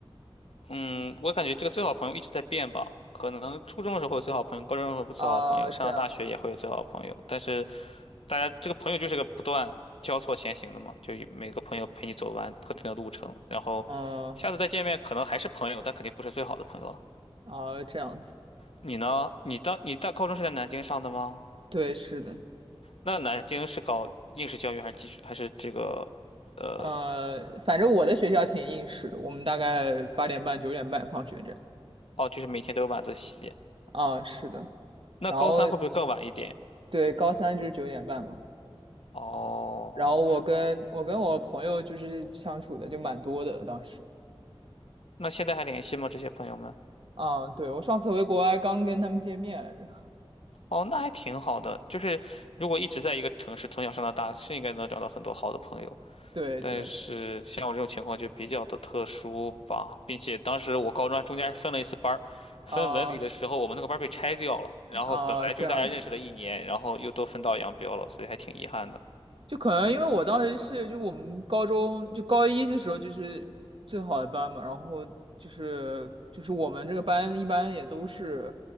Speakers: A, on the left (about 80°); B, on the right (about 60°).
A: 嗯，我感觉这个最好朋友一直在变吧，可能初中的时候会有最好朋友，高中的时候不最好朋友，
B: 啊，
A: 上了大学也会有最好朋友，
B: 这样，
A: 但是大家这个朋友就是个不断交错前行的嘛，就每个朋友陪你走完特定的路程，然后下次再见面可能还是朋友，
B: 嗯，
A: 但肯定不是最好的朋友了。
B: 啊，这样子，
A: 你呢？你当你大高中是在南京上的吗？
B: 对，是的，
A: 那南京是搞应试教育还是基础还是这个，呃，
B: 呃，反正我的学校挺硬实的，我们大概八点半九点半放学这样。
A: 哦，就是每天都有晚自习。
B: 啊，是的，
A: 那高三会不会更晚一点？
B: 然后对，高三就是九点半嘛。
A: 哦，
B: 然后我跟我跟我朋友就是相处的就蛮多的，当时。
A: 那现在还联系吗？这些朋友们？
B: 啊，对，我上次回国还刚跟他们见面来着。
A: 哦，那还挺好的。就是如果一直在一个城市，从小上到大，是应该能找到很多好的朋友。
B: 对对，
A: 但是像我这种情况就比较的特殊吧，并且当时我高中还中间还分了一次班儿，分文理的时候我们那个班儿被拆掉了，
B: 啊、
A: 然后本来就大家认识了一年，
B: 啊、这样的。
A: 然后又都分道扬镳了，所以还挺遗憾的。
B: 就可能因为我当时是就我们高中就高一的时候就是最好的班嘛，然后就是就是我们这个班一般也都是，